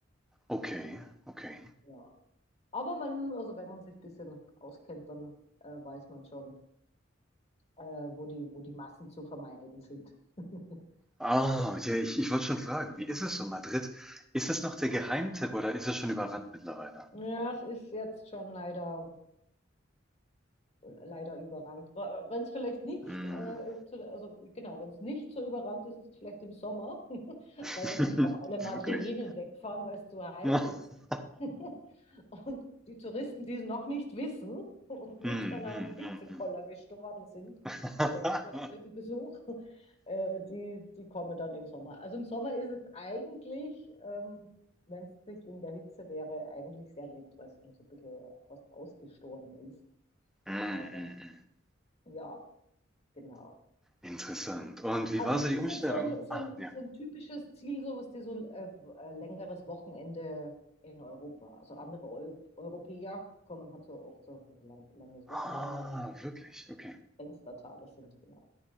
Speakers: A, in the centre; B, on the left (about 30°).
A: okay, okay.
B: Ja. Aber man, also wenn man sich ein bisschen auskennt, dann äh, weiß man schon, äh, wo die, wo die Massen zu vermeiden sind. <laughs>
A: Ah, ja, ich, ich wollte schon fragen, wie ist es so, Madrid? Ist es noch der Geheimtipp oder ist es schon überrannt mittlerweile?
B: Ja, es ist jetzt schon leider leider überrannt. Wenn es vielleicht nicht,
A: Mm.
B: äh, zu, also genau, wenn es nicht so überrannt ist, ist es vielleicht im Sommer, <laughs>
A: <laughs>
B: weil dann nämlich auch alle Madrilenen
A: Wirklich.
B: wegfahren, weil es zu heiß
A: <laughs>
B: ist. <laughs> Und die Touristen, die es noch nicht wissen und nicht
A: Mhm,
B: an
A: mhm,
B: einem Hitzekoller
A: mhm,
B: gestorben sind
A: mhm.
B: bei ihrem vorherigen Besuch, äh, die, die kommen dann im Sommer. Also im Sommer ist es eigentlich, ähm, wenn es nicht wegen der Hitze wäre, eigentlich sehr nett, weil es dann so ein bisschen fast ausgestorben ist.
A: Mhm,
B: Aber
A: mhm. <laughs>
B: ja, genau.
A: Interessant. Und wie
B: Also
A: war
B: es
A: so
B: ist
A: die Umstellung?
B: jetzt so ein, so
A: Ah,
B: ein,
A: ja.
B: so ein typisches Ziel, so was die so äh, äh, längeres Wochenende in Europa. Also andere Eu Europäer kommen halt so oft so für ein lang, langes
A: Ah,
B: Wochenende oder wenn
A: wirklich? Okay.
B: Fenstertage sind, genau.